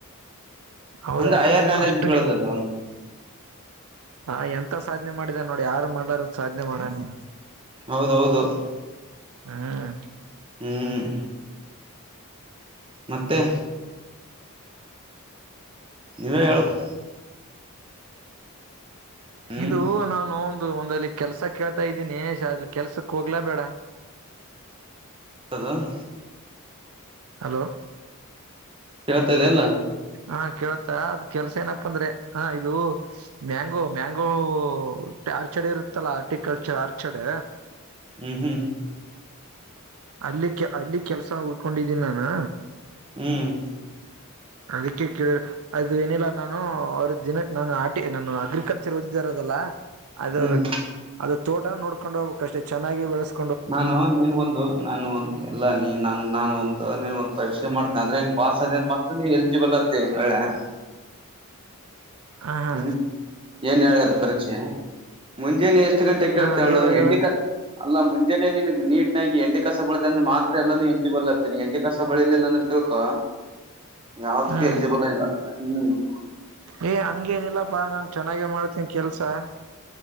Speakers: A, on the right; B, on the right.
A: ಹೌದಾ
B: ಅಂದ್ರ ಹೈಯರ್ ನಾಲೆಜ್
A: ಅಷ್ಟು
B: ಬೆಳದ ಅವನದು.
A: ಹಾ, ಎಂತ ಸಾಧನೆ ಮಾಡಿದ ನೋಡಿ ಯಾರು ಮಾಡ್ಲರ ಸಾಧ್ನೆ ಮಾಡನ.
B: ಹೌದೌದು.
A: ಹ್ಮ,
B: ಹ್ಮ್, ಮತ್ತೆ, ನೀವೇ ಹೇಳ್ಬೇಕು. ಹ್ಮ್
A: ಇದು ನಾನು- ಒಂದಲ್ಲಿ ಕೆಲ್ಸ ಕೇಳ್ತಾ ಇದ್ದೀನಿ ಅ ಕೆಲ್ಸಕ್ ಹೋಗ್ಲಾ ಬೇಡ.
B: ಅದ <inaudible>
A: ಹಲೋ,
B: ಕೇಳ್ತಾದೆ ಇಲ್ಲ., -
A: ಹಾ ಕೇೇಳತ್ತಾ ಅದ ಕೆಲ್ಸ ಏನಪ್ಪ ಅಂದ್ರೆ- ಹಾ, ಇದು ಮ್ಯಾಂಗೋ, ಮ್ಯಾಂಗೋ- ಆರ್ಚಡ್ ಇರುತ್ತಲ್ಲ ಆರ್ಟಿಕಲ್ಚರ್ ಆರ್ಚಡ್,
B: ಹ್ಮ್, ಹ್ಮ್-
A: ಅಲ್ಲಿ -ಅಲ್ಲಿ ಕೆಲ್ಸ ಉಡ್ಕೊಂಡಿದೀನಿ ನಾನು.
B: ಹ್ಮ್,
A: ಅದಕ್ಕೆ ಕೇಳ್ರ- ಅದು ಏನಿಲ್ಲ ನಾನು ಅವ್ರ ದಿನಕ ನಾನು ಆಟಿ ನಾನು ಅಗ್ರಿಕಲ್ಚರ್ ಓದಿದ ಇರೋದಲ್ಲ. ಅದು
B: ಹ್ಮ್
A: ಅದು ತೋಟ ನೋಡ್ಕೊಂಡು ಹೋಗಕ್ ಅಷ್ಟೇ. ಚೆನ್ನಾಗಿ ಬೆಳಸ-
B: ನಾನು ನಿನ್ಗ ಒಂದು ನಾನು ಒ ಎಲ್ಲ ನೀ ನ <unintelligible> ನಾನು ಒಂದು ನಿನ್ ಒ ಪರೀಕ್ಷ ಮಾಡತನ ಅದ್ರೆಲ್ಲಿ ಪಾಸ್ ಆದ ಮಾತ್ರ ಎಲಿಜಿಬಲ್ ಹಾಗತಿ. ಮ ಒಳ <inaudible>
A: ಹ ಹಾ
B: ಹ್ಮ್ ಏನ್ ಹೇಳಿದ ಪರೀಕ್ಷೆ ಮುಂಜೆನೆೇ ಎಷ್ಟು ಗಂಟೆ
A: ಹಾ
B: ಹೇಳತೇಳು.
A: ಹೇಳು ಹೇಳು
B: ಎಂಡಿಕಸ ಅಲ್ಲ ಮುಂಜೆನೇ ನೀನ್ಗ್ ನೀಟ್ನಗಿ ಎಂಡಿ ಕಸ ಬಳ್ದೆ ಅಂದ್ರೆ ಮಾತ್ರ ಎಲ್ಲ ಎಲಿಜಿಬಲ್ ಇರ್ತೀನಿ. ಎಂಡಿಕಸ ಬಳಿರ್ಲಿಲ್ಲ ಅಂದ್ರೆ ತಿಳ್ಕೊ ಯಾವದಕ್
A: ಹ್ಮ್
B: ಎಲಿಜಿಬಲ್ ಇಲ್ಲ. ಹ್ಮ್-
A: ಏ ಹಂಗೇನಿಲ್ಲಪ್ಪಾ ನಾನ್ ಚೆನ್ನಾಗೆ ಮಾಡ್ತೀನ ಕೆಲ್ಸಾ. -